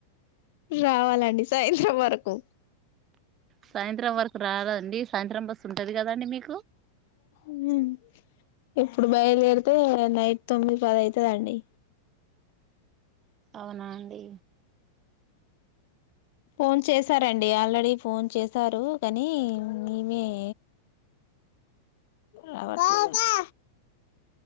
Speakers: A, on the left; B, on the right.
A: రావాలండి సాయంత్రం వరకు
B: సాయంత్రం వరకు రదండి సాయంత్రం బస్ ఉంటది కదండి మీకు
A: ఉమ్ ఇప్పుడు బయలుదేరితే నైట్ తొమ్మిది పది అయితది అండి
B: అవునా అండి
A: ఫోన్ చేసారండి ఆల్రెడీ ఫోన్ చేశారు కానీ మేమే రావట్లే